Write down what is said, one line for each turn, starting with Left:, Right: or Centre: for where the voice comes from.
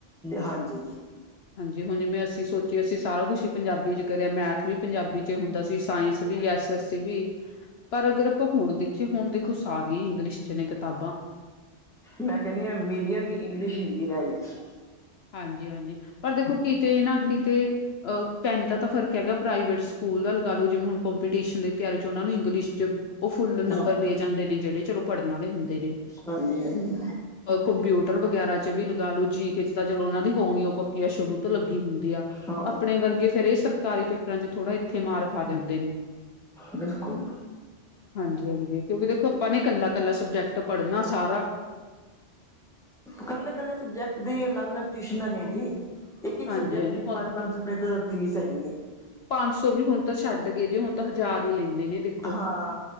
Centre: ਹਾਂਜੀ।
Left: ਹਾਂਜੀ ਹੁਣ ਜਿਵੇਂ ਅਸੀਂ ਸੋਚੀਏ ਅਸੀਂ ਸਾਰਾ ਕੁਛ ਹੀ ਪੰਜਾਬੀ ਚ ਕਰਿਆ ਮੈਥ ਵੀ ਪੰਜਾਬੀ ਚ ਹੁੰਦਾ ਸੀ ਸਾਇੰਸ ਵੀ ਐ ਵੀ ਪਰ ਅਗਰ ਆਪਾਂ ਹੁਣ ਦੇਖੀਏ ਹੁਣ ਦੇਖੋ ਸਾਰੀਆਂ ਇੰਗਲਿਸ਼ ਚ ਨੇ ਕਿਤਾਬਾਂ
Centre: ਮੈਂ ਕਹਿੰਣੀ ਆ ਮੀਡੀਅਮ ਵੀ ਇੰਗਲਿਸ਼ ਹਿੰਦੀ ਰਹਿ ਗਿਆ ਐ।
Left: ਹਾਂਜੀ-ਹਾਂਜੀ ਪਰ ਦੇਖੋ ਕਿਤੇ ਨਾ ਕਿਤੇ ਅਹ ਪੈਂਨ ਦਾ ਤਾਂ ਫ਼ਰਕ ਹੈਗਾ ਪ੍ਰਾਈਵੇਟ ਸਕੂਲ ਦਾ ਲਗਾ ਲਓ ਜਿਵੇਂ ਹੁਣ ਕੰਪੀਟੀਸ਼ਨ ਦੀ ਤਿਆਰੀ ਚ ਉਹ ਨੂੰ ਇੰਗਲਿਸ਼ ਚ ਉਹ ਫੁੱਲ ਨੰਬਰ
Centre: ਹਾਂ
Left: ਲੈ ਜਾਂਦੇ ਨੇ ਜਿਹੜੇ ਚਲੋ ਪੜ੍ਹਨ ਆਲੇ ਹੁੰਦੇ ਨੇ।
Centre: ਹਾਂਜੀ ਹਾਂਜੀ
Left: ਕੰਪਿਊਟਰ ਵਗੈਰਾ ਚ ਵੀ ਲਗਾ ਲਓ ਜੀ ਕੇ ਚ ਤਾਂ ਚਲੋ ਉਹਨਾਂ ਦੀ ਹੋਣੀ ਉਹ ਪੱਕੀ ਆ ਸ਼ੁਰੂ ਤੋਂ ਲੱਗੀ ਹੁੰਦੀ ਆ
Centre: ਹਾਂ
Left: ਆਪਣੇ ਵਰਗੇ ਫੇਰ ਇਹ ਸਰਕਾਰੀ ਪੇਪਰਾਂ ਚ ਥੋੜ੍ਹਾ ਇੱਥੇ ਮਾਰ ਖਾ ਜਾਂਦੇ ਨੇ।
Centre: ਬਿਲਕੁਲ
Left: ਹਾਂਜੀ-ਹਾਂਜੀ ਕਿਉਂਕਿ ਦੇਖੋ ਆਪਾਂ ਨੇ ਕੱਲਾ ਕੱਲਾ ਸਬਜੈਕਟ ਪੜ੍ਹਨਾ ਸਾਰਾ
Centre: ਕੱਲੇ-ਕੱਲੇ ਸਬਜੈਕਟ ਦੇ ਅਲੱਗ-ਅਲੱਗ ਟਿਊਸ਼ਨਾਂ ਨੇ ਜੀ। ਇੱਕ-ਇੱਕ
Left: ਹਾਂਜੀ-ਹਾਂਜੀ
Centre: ਸਬਜੈਕਟ ਦੀ ਪੰਜ ਪੰਜ ਸ ਰੁਪਏ ਤਾਂ ਫੀਸ ਹੈਗੀ ਏ।
Left: ਪੰਜ ਸੌ ਵੀ ਹੁਣ ਤਾਂ ਛੱਡ ਗਏ ਜੇ ਹੁਣ ਤਾਂ ਹਜ਼ਾਰ ਈ ਲੈਂਦੇ ਨੇ ਤੇ
Centre: ਹਾਂ